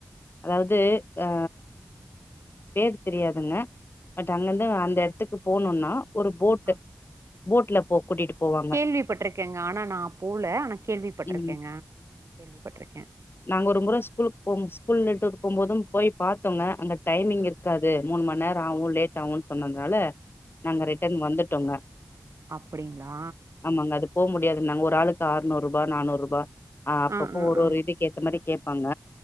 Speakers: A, on the left (about 45°); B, on the right (about 65°).
A: அதாவது ஆ
B: ம்.
A: பேர் தெரியாதுங்க பட் அங்கேந்து அந்த எட்த்துக்கு போணுன்னா ஒரு போட்டு
B: ஆ
A: போட்ல போ கூட்டிட்டு போவாங்
B: கேள்விப்பட்டிருக்கேங்க ஆனா நா போல ஆனா கேள்விப்பட்டிருக்கேங்க
A: ம்
B: ம் கேள்விப்பட்டிருக்கே
A: நாங்க ஒரு முற ஸ்கூலுக் போம் ஸ்கூல்ட்டு போ போதும் போய் பாத்தோங்க அங்க டைமிங் இருக்காது மூன் மண் நேரோ ஆவு லேட் ஆவுன் சொன்னதுனால நாங்க ரிட்டர்ன் வந்துட்டோங்க
B: அப்படிங்களா
A: ஆமாங்க அதுக் போம் முடியாதுன்னாங்க ஒரு ஆளுக் ஆற்நூறுூபா நானூற்ரூபா் அப்பப்போ
B: ஆ ஆ
A: ஒரு
B: ஆ
A: ஒரு இது ஏத்த மாரி கேப்பாங்க